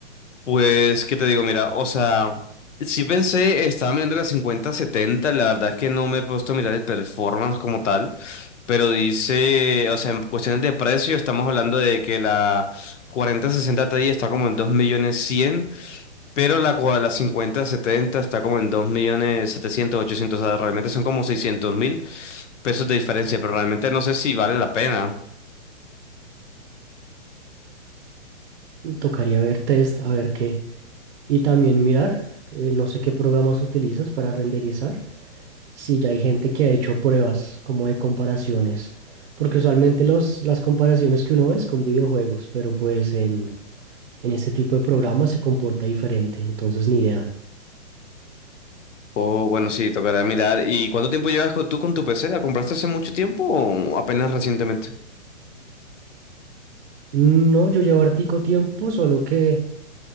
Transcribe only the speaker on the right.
Tocaría ver test, a ver qué. Y también mirar, eh, no sé qué programas utilizas para renderizar, si ya hay gente que ha hecho pruebas como de comparaciones, porque usualmente los, las comparaciones que uno ve es con videojuegos, pero pues en, en ese tipo de programas se comporta diferente, entonces ni idea.
Mm, No, yo llevo hartico tiempo, solo que